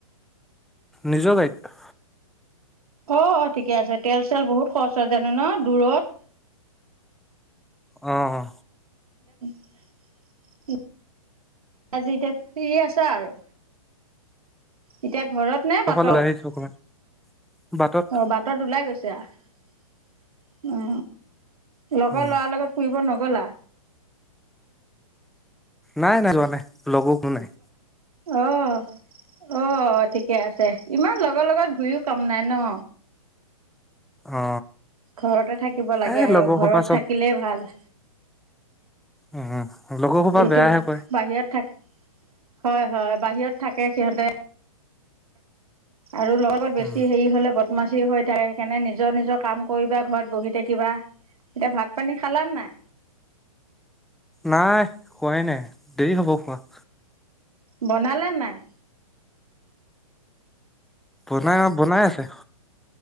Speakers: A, in the centre; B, on the right (about 75°).
A: নিজৰ গাড়ীত
B: অ অ ঠিকে আছে তেল চেল বহুত খৰচ হয় জানো ন দূৰত
A: অ অ
B: <unintelligible> আজি এতিয়া ফ্ৰী আছা আৰু। এতিয়া ঘৰত নে
A: সেইফালে
B: বাটত?
A: ওলাই আহিছো অকমান বাটত
B: অ বাটত ওলাই গৈছা? উম, লগৰ
A: উম
B: লৰাৰ লগত ফুৰিব নগলা?
A: নাই নাই যোৱা নাই, লগৰ কোনো নাই।
B: অহ। অ ঠিকে আছে, ইমান লগৰ লগত ঘূৰিও কাম নাই ন।
A: অ।
B: ঘৰতে থাকিব লাগে
A: এই
B: আৰু
A: লগৰ
B: ঘৰত
A: সোপা চব
B: থাকিলে ভাল।
A: উম লগৰ সোপা
B: এইটো
A: বেয়াহে কয়
B: বাহিৰত থাকে। হয় হয় বাহিৰত থাকে সিহঁতে। আৰু লগ লগত বেছি
A: উম
B: হেৰি হলে বদমাছ যি হৈ থাকে সেইকাৰনে নিজৰ নিজৰ কাম কৰিবা, ঘৰত বহি থাকিবা। এতিয়া ভাত পানী খালা নাই?
A: নাই, খোৱাই নাই দেৰি হ'ব খোৱা।
B: বনালে নাই?
A: বনাই বনাই আছে।